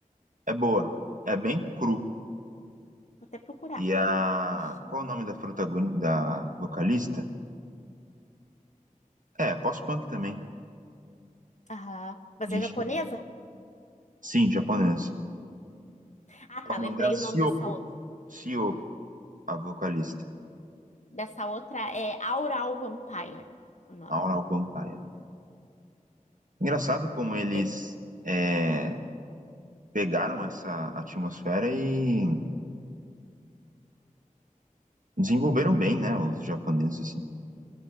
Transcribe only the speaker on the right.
É boa. É bem cru.
E a.
Qual é o nome da protagonista, da vocalista? É, pós-punk também.
De...
Schmidt.
Sim, japonesa.
O
nome dela é Sioko.
Sioko, a vocalista.
Aural Vampire. Engraçado como eles.
é, pegaram essa atmosfera e desenvolveram bem, né, os japoneses, assim.